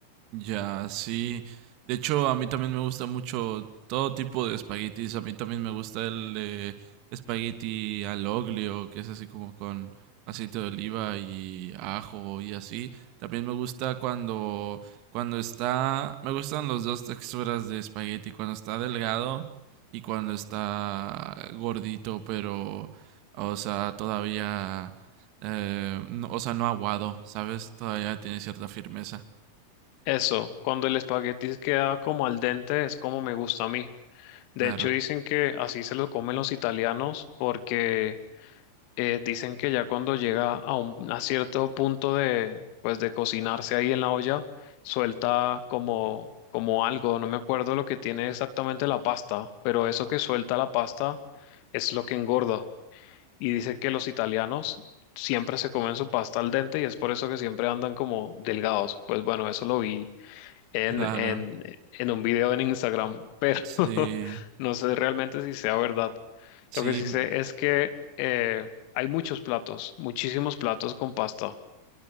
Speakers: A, on the right (about 40°); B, on the left (about 45°).
A: Ya, sí. De hecho, a mí también me gusta mucho todo tipo de espaguetis. A mí también me gusta el de espagueti al oglio, que es así como con aceite de oliva y ajo y así. También me gusta cuando, cuando está, me gustan las dos texturas de espagueti, cuando está delgado y cuando está gordito, pero, o sea, todavía, eh, no- o sea, no aguado, ¿sabes? Todavía tiene cierta firmeza.
B: Eso, cuando el espagueti queda como al dente es como me gusta a mí. De
A: Claro.
B: hecho dicen que así se lo comen los italianos porque eh, dicen que ya cuando llega a un a cierto punto de, pues, de cocinarse ahí en la olla, suelta como, como algo, no me acuerdo lo que tiene exactamente la pasta, pero eso que suelta la pasta es lo que engorda. Y dicen que los italianos siempre se comen su pasta al dente y es por eso que siempre andan como delgados. Pues bueno, eso lo vi en,
A: Claro,
B: en, en un video en Instagram, pero
A: sí,
B: <laughs> no sé realmente si sea verdad.
A: sí,
B: Lo que sí
A: m-
B: sé es que eh, hay muchos platos, muchísimos platos con pasta.